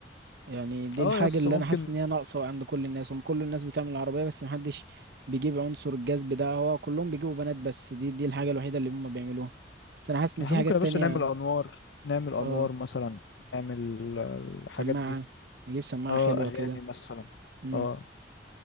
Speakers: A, on the right (about 60°); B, on the left (about 80°).
A: يعني دي
B: اه
A: الحاجة
B: يس
A: اللي
B: ممكن
A: انا حاسس ان هي ناقصة عند كل الناس هم كل الناس بتعمل عربية بس محدش بيجيب عنصر الجذب ده هو كلهم بيجيبوا بنات بس دي دي الحاجة الوحيدة اللي هم بيعملوها بس انا حاسس ان
B: احنا
A: في
B: ممكن
A: حاجات
B: يا باشا
A: تانية
B: نعمل انوار نعمل انوار
A: اه
B: مثلا نعمل آه، الحاجات
A: سماعة
B: دي
A: نجيب سماعة
B: اه
A: حلوة
B: اغاني
A: كده
B: مثلا
A: امم
B: اه